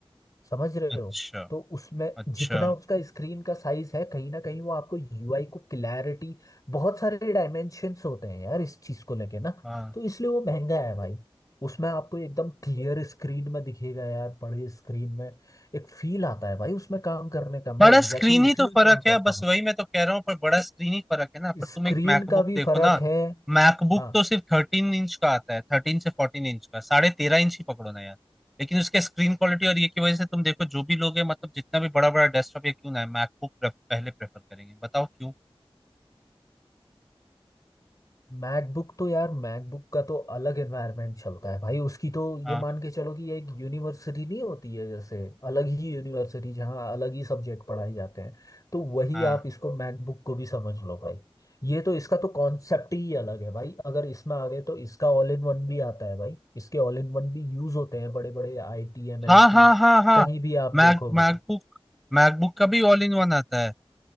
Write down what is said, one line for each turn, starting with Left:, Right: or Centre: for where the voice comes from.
Left: समझ रहे
Centre: अच्छा
Left: हो तो उसमें
Centre: अच्छा
Left: जितना उसका स्क्रीन का साइज है कहीं ना कहीं वो आपको यूआई को क्लैरिटी बहुत सारे डायमेंशंस होते हैं यार इस चीज को लेके ना
Centre: हाँ
Left: तो इसलिए वो महंगा है भाई उसमें आपको एकदम क्लियर स्क्रीन में दिखेगा यार बड़े स्क्रीन में एक फील आता है भाई उसमें काम करने का मैं
Centre: बड़ा
Left: एग्जैक्टली
Centre: स्क्रीन
Left: exactly
Centre: ही
Left: उसी
Centre: तो
Left: में
Centre: फर्क
Left: काम करता
Centre: है बस
Left: हूँ
Centre: वही मैं तो कह रहा हूँ पर बड़ा स्क्रीन ही फर्क है ना पर तुम
Left: स्क्रीन
Centre: एक मैकबुक
Left: का भी
Centre: देखो
Left: फर्क
Centre: ना
Left: है
Centre: मैकबुक
Left: हाँ
Centre: तो सिर्फ थर्टीन इंच का आता है थर्टीन से फोर्टीन इंच का साढ़े तेरह इंच ही पकड़ो ना यार लेकिन उसके स्क्रीन क्वालिटी और ये की वजह से तुम देखो जो भी लोग है मतलब जितना भी बड़ा बड़ा डेस्कटॉप या क्यों ना है मैकबुक पहले प्रेफर करेंगे बताओ क्यों
Left: मैकबुक तो यार मैकबुक का तो अलग एनवायरनमेंट चलता है भाई उसकी तो
Centre: हाँ
Left: ये मान के चलो कि ये एक यूनिवर्सिटी नहीं होती है जैसे अलग ही यूनिवर्सिटी जहाँ अलग ही सब्जेक्ट पढ़ाए जाते हैं तो वही
Centre: हाँ
Left: आप इसको मैकबुक को भी समझ लो भाई ये तो इसका तो कॉन्सेप्ट ही अलग है भाई अगर इसमें आ गए तो इसका ऑल इन वन भी आता है भाई इसके ऑल इन वन भी यूज होते हैं बड़े बड़े आईटी एमएनसीज
Centre: हाँ हाँ हाँ हाँ
Left: कहीं भी आप
Centre: मैक
Left: देखोगे
Centre: मैकबुक मैकबुक का भी ऑल इन वन आता है